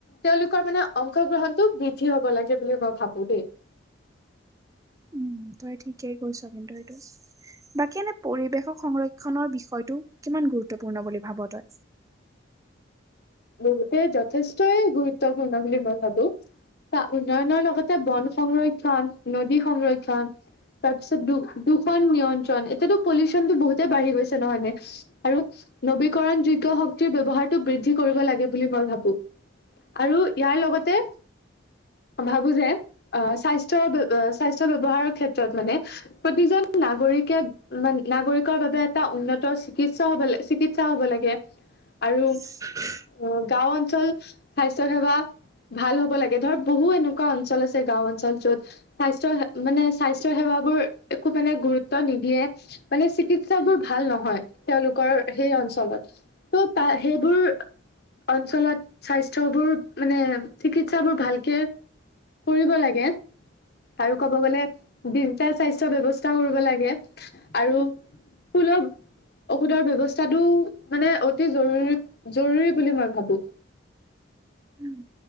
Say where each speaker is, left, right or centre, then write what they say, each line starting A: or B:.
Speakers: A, on the left (about 55°); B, on the right (about 15°).
A: তেওঁলোকৰ মানে অংশগ্ৰহণতটো বৃদ্ধি হ'ব লাগে বুলি মই ভাবো দেই।
B: উম, তই ঠিকেই কৈছ কিন্তু এইটো। বাকী এনে পৰিৱেশৰ সংৰক্ষণৰ বিষয়টো, কিমান গুৰুত্বপূৰ্ণ বুলি ভাব তই।
A: বহুতে যথেষ্টই গুৰুত্বপূৰ্ণ বুলি মই ভাবো। উন্নয়নৰ লগতে বন সংৰক্ষন, নদী সংৰক্ষন। তাৰপিছত দু দুষন নিয়ন্ত্ৰণ, এতিয়াতো পলিউচনটো বহুতে বাঢ়ি গৈছে, নহয়নে? আৰু, নবীকৰণ যোগ্য শক্তিৰ ব্যৱহাৰটো বৃদ্ধি কৰিব লাগে বুলি মই ভাবো, আৰু ইয়াৰ লগতে ভাবো যে, আহ স্বাস্থ্যৰ, স্বাস্থ্য ব্যৱহাৰৰ ক্ষেত্ৰত মানে প্ৰতিজন নাগৰিকে, মান নাগৰিকৰ বাবে এটা উন্নত চিকিৎসা হ'ব লাগে, চিকিৎসা চিকিৎসা হ'ব লাগে, আৰু
B: <inaudible>
A: অ', গাঁও অঞ্চল, স্বাস্থ্য সেৱা ভাল হ'ব লাগে, ধৰ বহু এনেকুৱা অঞ্চল আছে গাওঁ অঞ্চল য'ত স্বাস্থ্য, মানে স্বাস্থ্্য সেৱাবোৰ একো মানে গুৰুত্ব নিদিয়ে। মানে চিকিৎসাবোৰ ভাল নহয়, তেওঁলোকৰ সেই অঞ্চলত, ত' তো সেইবোৰ অঞ্চলত, স্বাস্থ্যবোৰ মানে, চিকিৎসাবোৰ ভালকে কৰিব লাগে। আৰু ক'ব গ'লে, ডিজিটেল স্বাস্থ্যৰ ব্যৱস্থা কৰিব লাগে, আৰু সুলভ ঔষধৰ ব্যৱস্থাটো, মানে অতি জৰুৰী, জৰুৰী বুলি মই ভাবো।
B: উম,